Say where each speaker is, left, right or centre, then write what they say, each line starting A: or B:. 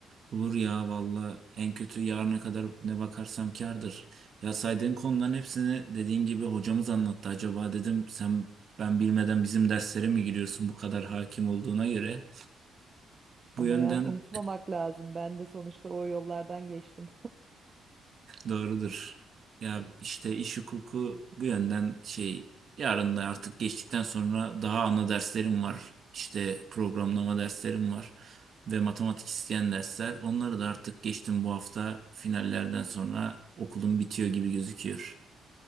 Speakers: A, on the right; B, on the right.
A: Olur ya valla en kötü yarına kadar ne bakarsam kârdır. Ya saydığın konuların hepsini dediğin gibi hocamız anlattı. Acaba dedim sen ben bilmeden bizim derslere mi giriyorsun bu kadar hakim olduğuna göre. Bu
B: Ama
A: yönden
B: yani unutmamak lazım. Ben de sonuçta o yollardan geçtim.
A: Doğrudur. Ya işte iş hukuku bu yönden şey yarın da artık geçtikten sonra daha ana derslerim var. İşte programlama derslerim var ve matematik isteyen dersler. Onları da artık geçtim bu hafta finallerden sonra okulum bitiyor gibi gözüküyor.